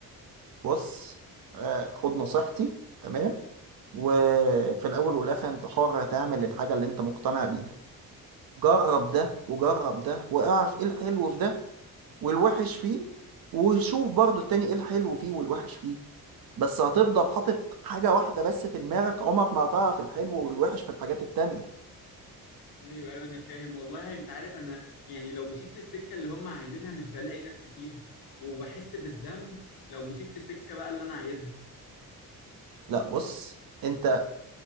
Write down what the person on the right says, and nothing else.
بص آه، خد نصيحتي تمام وفي الاول والاخر انت حر تعمل الحاجة اللي انت مقتنع بيها جرب ده وجرب ده واعرف ايه الحلو في ده والوحش فيه وشوف برضو التاني ايه الحلو فيه والوحش فيه بس هتفضل حاطط حاجة واحدة بس في دماغك عمرك ما هتعرف الحلو والوحش في الحاجات التانية
لا بص انت